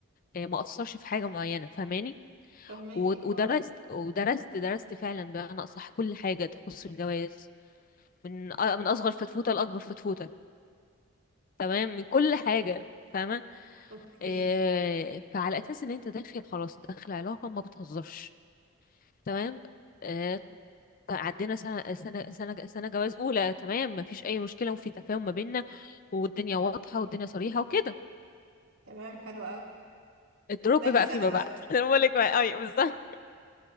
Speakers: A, on the left; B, on the right.
A: آه، ما اثرش في حاجة معينة فاهماني
B: فهماكي
A: و-
B: اه
A: ودرست ودرست درست فعلا بمعنى أصح كل حاجة تخص الجواز من أ- من أصغر فتفوتة لأكبر فتفوتة تمام من كل حاجة فاهمة
B: اوكي
A: إيه فعلى أساس إن أنت داخل خلاص داخل علاقة ما بتهزرش تمام إيه عدينا سنة سنة سنة سنة جواز أولى تمام مفيش أي مشكلة وفي تفاهم ما بيننا والدنيا واضحة والدنيا صريحة وكده
B: تمام حلو قوي
A: الدروب
B: تاني
A: بقى
B: سنة
A: فيما
B: بقى
A: بعد <laughs> أنا بقولك بقى أيوة بالظبط